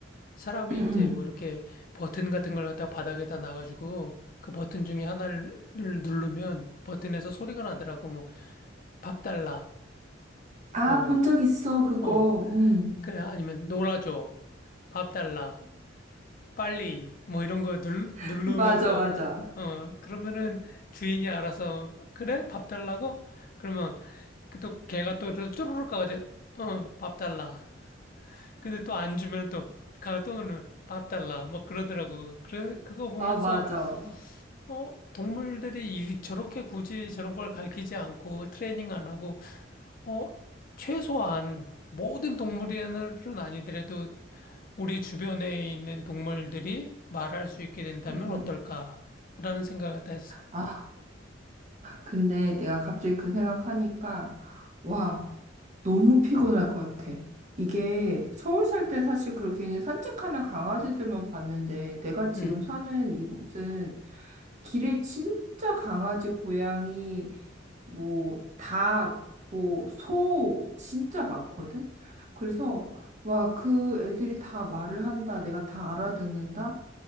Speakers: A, on the left (about 45°); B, on the right (about 40°).
A: 사람이
B: 응, 응.
A: 이제 뭐 이렇게 버튼 같은 걸 갖다 바닥에다 놔가지고 그 버튼 중에 하나를 누르면 버튼에서 소리가 나더라고. 뭐 밥 달라.
B: 아,
A: 뭐
B: 본 적 있어, 그거.
A: 어
B: 응.
A: 그래, 아니면 놀아줘. 밥 달라. 빨리. 뭐 이런 거 눌,
B: <laughs>
A: 누르면서,
B: 맞아, 맞아.
A: 어, 그러면은 주인이 알아서, 그래? 밥 달라고? 그러면 그또 걔가 또 이렇게 쪼르륵 가가지고, 어, 밥 달라. 근데 또 안 주면 또, 가또 오늘 밥 달라. 뭐 그러더라고. 그래, 그거 보면서,
B: 아, 맞아.
A: 어, 동물들이 이- 저렇게 굳이 저런 걸 가르치지 않고 트레이닝 안 하고 어, 최소한 모든 동물은 아니더라도 우리 주변에 있는 동물들이 말할 수 있게 된다면
B: 응, 응.
A: 어떨까라는 생각을 다 했어.
B: 아, 근데 내가 갑자기 그 생각하니까, 와, 너무 피곤할 것 같아. 이게 서울 살 때 사실 그렇게 그냥 산책하는 강아지들만 봤는데, 내가 지금
A: 음,
B: 사는 이곳은 길에 진짜 강아지, 고양이, 뭐, 닭, 뭐, 소 진짜 많거든? 그래서, 와, 그 애들이 다 말을 한다. 내가 다 알아듣는다.